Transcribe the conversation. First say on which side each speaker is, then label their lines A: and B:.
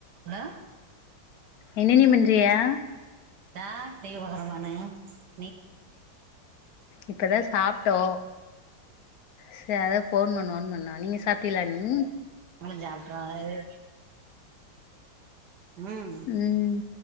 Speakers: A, on the right; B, on the left.
A: Hello
B: என்னனீ பன்றியா
A: தா <unintelligible>
B: இப்பதா சாப்ட்டோ சே அதா ஃபோன் பண்ணுவோன் பண்ணோ நீங்க சாப்டியலா அண்ணீ
A: முடிஞ்ச அப்றோ இது ம்
B: ம்